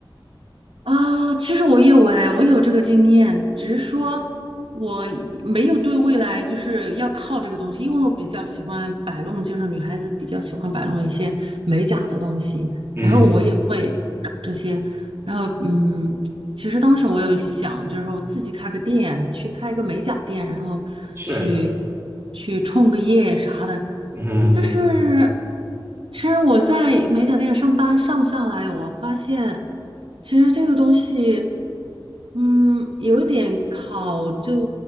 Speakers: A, on the right (about 80°); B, on the right (about 30°).
A: 啊！其实我有哎，我有这个经验，只是说我没有对未来就是要靠这个东西，因为我比较喜欢摆弄，就是女孩子比较喜欢摆弄一些美甲的东西，
B: 嗯，
A: 然后我也会搞这些，然后嗯，其实当时我有想，就是我自己开个店，去开一个美甲店，然后去
B: 是，
A: 去创个业啥的。
B: 嗯哼嗯哼，
A: 但是，其实我在美甲店上班上下来，我发现其实这个东西。嗯，有一点考就